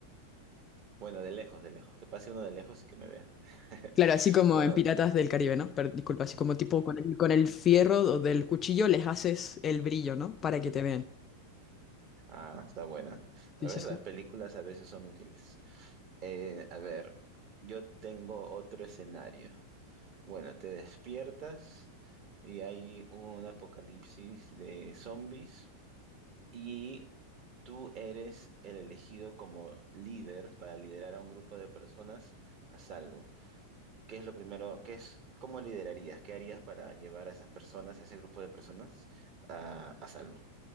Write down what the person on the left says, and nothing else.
Claro, así como
en Piratas del Caribe, ¿no? Pero disculpa, así como tipo con el, con el fierro o del cuchillo les haces el brillo, ¿no? Para que te vean.
Sí,
sí, sí.